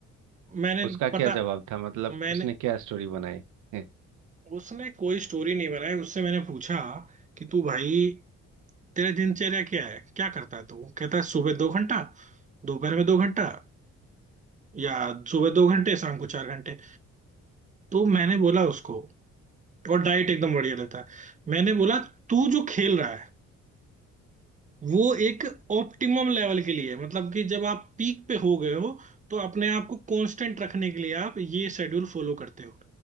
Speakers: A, on the right; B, on the right.
A: मैंने
B: उसका क्या
A: पता
B: जवाब था मतलब
A: मैंने
B: उसने क्या स्टोरी बनाई है?
A: उसने कोई स्टोरी नहीं बनाई उससे मैंने पूछा कि तू भाई तेरा दिनचर्या क्या है क्या करता है तू वो कहता है सुबह दो घंटा दोपहर में दो घंटा या सुबह दो घंटे शाम को चार घंटे तो मैंने बोला उसको और डाइट एकदम बढ़िया लेता है मैंने बोला तू जो खेल रहा है वो एक ऑप्टिमम लेवल के लिए है। मतलब कि जब आप पीक पे हो गए हो तो अपने आप को कांस्टेंट रखने के लिए आप ये शेड्यूल फॉलो करते हो